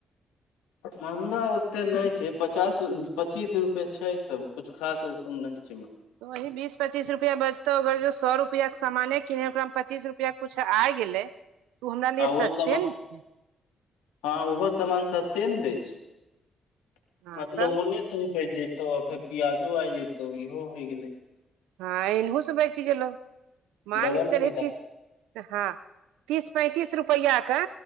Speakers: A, on the left; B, on the right.
A: महँगा ओतेक नहि छै पचास पचीस रुपए छै तब कुछ खास ओ सुन नहि छैहाँ
B: त वही बीस पच्चीस रुपआ बचतौ अगर जो सौ रुपआ के सामाने किनेै ओकरामे पच्चीस रुपआ कुछ आइ गेलै तऽ ओ हमरा लिए
A: आ ओहो
B: सस्ते
A: समान
B: ने छै
A: हँ ओहो समान सस्ते ने दै छै
B: हँ
A: मतलब
B: तब
A: ओने से उपज जतौ फेर प्याजो आ जतौ इहो होइ गेले
B: हँ एनहुसँ बचि गेलहु मान
A: डबल
B: कऽ चलहिन्
A: फायदा
B: की हँ तीस पैंतीस रुपैआ के